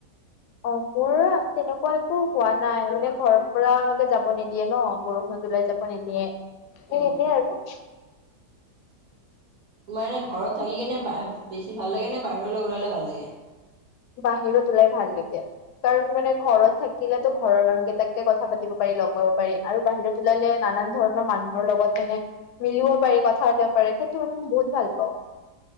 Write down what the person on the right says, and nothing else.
উম
তোমাৰ এনে ঘৰত থাকি কেনে বেছি ভাল লাগে নে বাহিৰলৈ ওলালে ভাল লাগে।